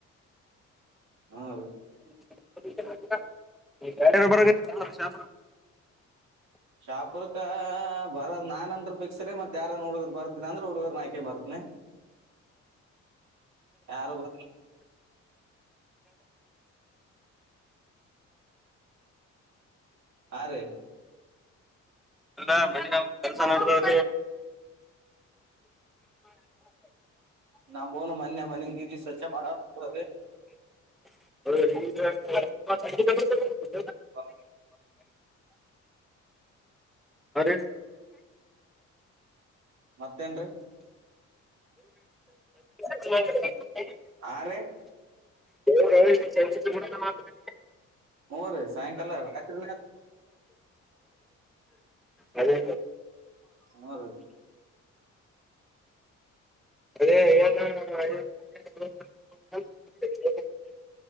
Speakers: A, on the right; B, in the centre.
A: ಹಾ ರೀ
B: <unintelligible>
A: ಶಾಪುರ್ಕ ಬರದ ನಾನ್ಂತ ಫಿಕ್ಸ್ ರೀ ಮತ್ತೆ ತಾರನ್ ಹುಡ್ಗರ್ ಬರ್ತನಿ ಅಂದ್ರೆ ಹುಡ್ಗರ್ ಆಯ್ಕೆ ಬರ್ತಿನಿ ಯರು ಬ ಹಾ ರೀ
B: ಅಲ್ಲ ಮನ ನ ಕೆಲ್ಸ ನೋಡಿದವ್ರರು
A: ನಬೋನು ಮಾನ್ಯ ಮನೆ ಕಿ ಸ್ವಚ್ಛ ಪಡ ಅ
B: ಹಗ
A: ಹೊ
B: ಅರೆ
A: ಮತ್ತೇನ್ ರೀ
B: ಹ್ಮ
A: ಹರಿ
B: <unintelligible>
A: ಹ್ ರರಿ ಸಾಯಂಕಾಲ ರಾತ್ರಿ
B: ಅದೇ
A: ಹ
B: <unintelligible>